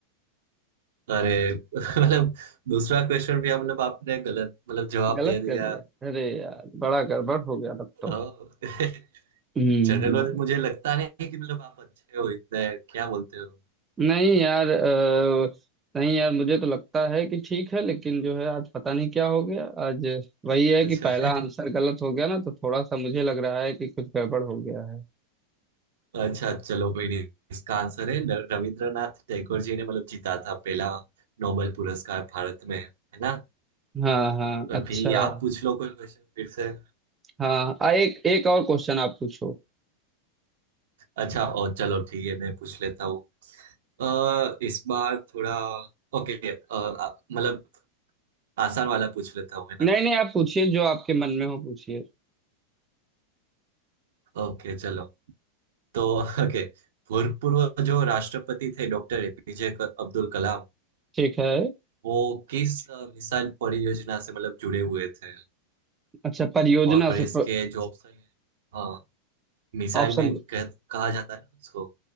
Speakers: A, on the right; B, on the right.
A: अरे <laughs> मतलब दूसरा क्वेश्चन भी मतलब आपने गलत मतलब जवाब
B: गलत
A: दे दिया
B: कर दिया अरे यार बड़ा गड़बड़ हो गया तब तो
A: जनरल
B: हम्म
A: नॉलेज
B: यार
A: <laughs> मुझे लगता नहीं कि मतलब आप अच्छे हो इतने क्या बोलते हो
B: नहीं यार अ, नहीं यार मुझे तो लगता है कि ठीक है लेकिन जो है आज पता नहीं क्या हो गया आज वही है
A: अच्छा
B: कि पहला
A: <laughs>
B: आंसर गलत हो गया ना तो थोड़ा सा मुझे लग रहा है कि कुछ गड़बड़ हो गया है
A: अच्छा चलो कोई नहीं इसका आंसर है न- रविंद्रनाथ टैगोर जी ने मतलब जीता था पहला नोबेल पुरस्कार भारत में है ना
B: हाँ हाँ अच्छा
A: अभी आप पूछ लो कोई क्वेश्चन फिर से
B: हाँ आ, एक एक और क्वेश्चन आप पूछो
A: अच्छा और चलो ठीक है मैं पूछ लेता हूँ अ, इस बार थोड़ा ओके अ, आ- मतलब आसान वाला पूछ लेता हूँ है ना
B: नहीं नहीं आप पूछिए जो आपके मन में हो पूछिए
A: ओके चलो तो ओके भूतपूर्व जो राष्ट्रपति थे डॉक्टर एपीजे अब्दुल कलाम
B: ठीक है
A: वो किस अ, मिसाइल परियोजना से मतलब जुड़े हुए थे
B: अच्छा परियोजना
A: और इसके
B: से
A: जो ऑप्शन है हाँ मिसाइल
B: ऑप्शन
A: मैन कह, कहा जाता है ना उसको